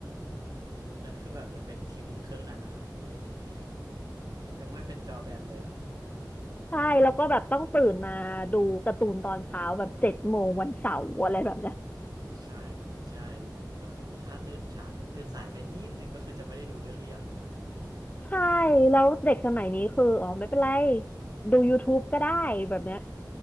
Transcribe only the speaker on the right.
ยุคนั้นคือแบบยังเป็นทีวีเครื่องหนาๆอยู่เลยยังไม่ยังไม่เป็นจอแบนเลยอะ
ใช่ใช่ยุคนั้นก็คือถ้าตื่นสายตื่นสายไปนิดหนึ่งก็คือจะไม่ได้ดูเรื่องที่อยากดูเลย